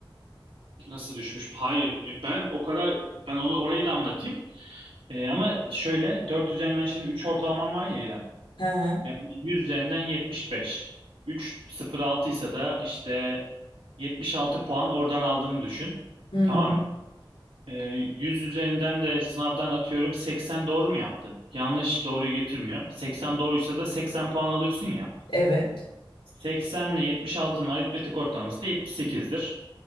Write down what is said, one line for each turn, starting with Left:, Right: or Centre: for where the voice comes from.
Right: Nasıl düşmüş? Hayır. e, Ben o kadar ben onu orayı da anlatayım. E, ama şöyle 4 üzerinden şimdi 3 ortalamam var ya İrem.
Left: Hı hı.
Right: Yani 100 üzerinden 75. 3.06 ise da işte 76 puan oradan aldığını düşün.
Left: Hı
Right: Tamam
Left: hı.
Right: mı? E, 100 üzerinden de sınavdan atıyorum 80 doğru mu yaptın? Yanlış doğruyu getirmiyor. 80 doğruysa da 80 puan alıyorsun ya.
Left: Evet.
Right: 80 ile 76'nın aritmetik ortalaması da 78'dir.